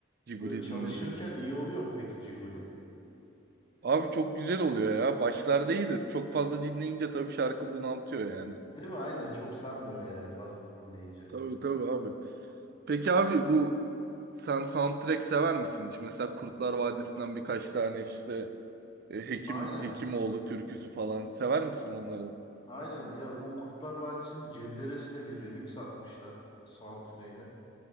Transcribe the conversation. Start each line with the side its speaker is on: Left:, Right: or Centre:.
Right: Ciguli
Left: Böyle çalışırken
Right: dinledim yani.
Left: iyi oluyor mu peki Ciguli?
Right: Abi çok güzel oluyor ya. Başlarda iyiydi. Çok fazla dinleyince tabii şarkı bunaltıyor yani.
Left: Değil mi? Aynen çok sarmıyor yani fazla dinleyince.
Right: Tabii tabii abi. Peki abi bu sen soundtrack sever misin hiç? Mesela Kurtlar Vadisi'nden birkaç tane işte e, Hekim
Left: Aynen.
Right: Hekimoğlu türküsü falan sever misin onları?
Left: Aynen. Ya bu Kurtlar Vadisi'nin Cenderesine bir remix atmışlar soundtrack'ine.